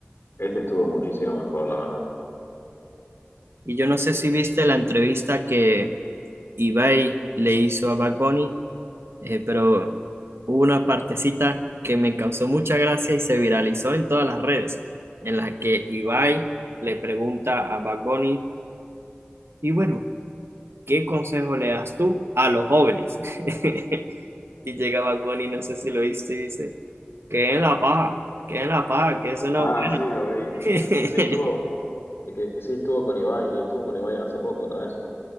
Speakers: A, on the left; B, on the right.
A: este estuvo muchísimo mejor, la verdad.
B: Y yo no sé si viste la entrevista que Ibai le hizo a Bad Bunny, eh, pero hubo una partecita que me causó mucha gracia y se viralizó en todas las redes, en las que Ibai le pregunta a Bad Bunny, y bueno, ¿qué consejo le das tú a los jóvenes? <laughs> Y llega Bad Bunny, no sé si lo viste, y dice, que en la paja, que en la paja, que eso
A: Ah,
B: no...
A: sí, lo vi.
B: <laughs>
A: Sí, estuvo, eh, que, sí, estuvo con Ibai, y estuvo con Ibai hace poco otra vez.